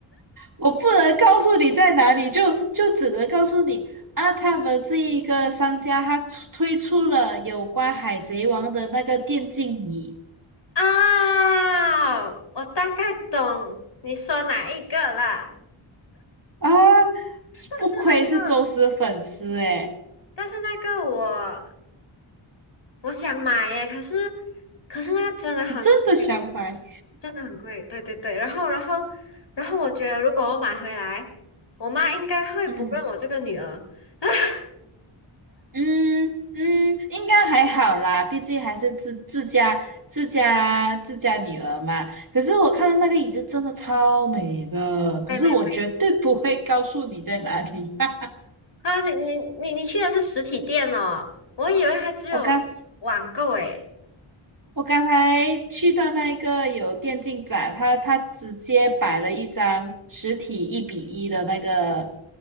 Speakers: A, on the right (about 40°); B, on the left (about 55°).
A: 我不能告诉你在哪里，就就只能告诉你啊，他们这一个商家他出推出了有关海贼王的那个电竞椅
B: 啊，我大概懂你说哪一个啦，
A: 啊，
B: 但是那个，
A: 不愧是宙斯粉丝诶，
B: 但是那个我我想买耶，可是可是那个真的很贵，
A: 你真的想买，
B: 真的很贵，对对对，然后然后然后我觉得如果我买回来，我妈应该会不认我这个女儿。
A: 嗯。
B: <laughs>
A: 嗯嗯，应该还好啦，毕竟还是自自家自家自家女儿嘛。可是我看到那个椅子真的超美的，可是我绝对不会告诉你在哪里。
B: 没没没
A: <laughs>
B: 啊，你你你你去的是实体店哦，我以为它只有网购诶。
A: 我刚我刚才去到那个有电竞展，他他直接摆了一张实体一比一的那个